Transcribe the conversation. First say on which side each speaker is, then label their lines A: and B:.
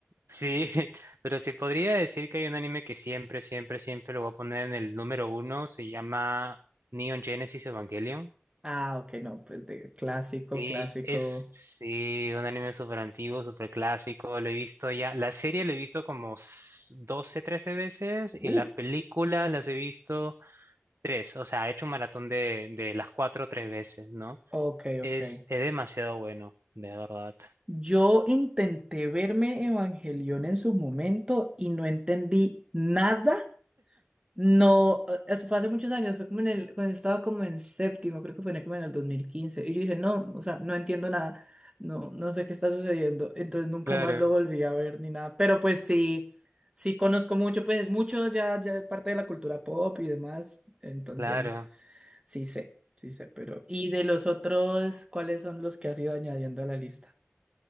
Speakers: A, on the right; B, on the right.
A: sí, <laughs> pero sí podría decir que hay un anime que siempre, siempre, siempre lo voy a poner en el número uno, se llama Neon Genesis Evangelion.
B: Ah, ok, no, pues de clásico,
A: Sí,
B: clásico.
A: es sí, un anime súper antiguo, súper clásico. Lo he visto ya. La serie lo he visto como s- 12, 13 veces
B: Uf,
A: y las películas las he visto. Tres, o sea, he hecho un maratón de, de las cuatro tres veces, ¿no?
B: ok, ok.
A: Es, es demasiado bueno, de verdad.
B: Yo intenté verme Evangelion en su momento y no entendí nada No, eh, eso fue hace muchos años, fue como en el, cuando estaba como en séptimo, creo que fue en- como en el 2015 y yo dije, no, o sea, no entiendo nada, no, no sé qué está sucediendo, entonces nunca
A: Claro.
B: más lo volví a ver ni nada, pero pues sí, sí conozco mucho, pues es mucho ya, ya de parte de la cultura pop y demás, entonces
A: Claro.
B: sí sé, sí sé, pero, y de los otros, ¿cuáles son los que has ido añadiendo a la lista?